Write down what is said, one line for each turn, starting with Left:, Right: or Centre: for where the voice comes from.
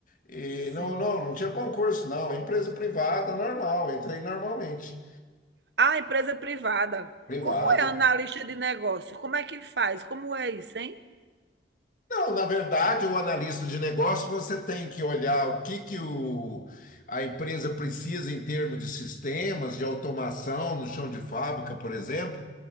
Left: E
Right: Sim.
Left: não, não, não tinha concurso, não, empresa privada, normal, entrei normalmente,
Right: Ah, empresa privada.
Left: privada.
Right: Como é analista de negócio? Como é que faz? Como é isso, hein?
Left: Não, na verdade, o analista de negócio, você tem que olhar o que que o, a empresa precisa em termos de sistemas, de automação no chão de fábrica, por exemplo,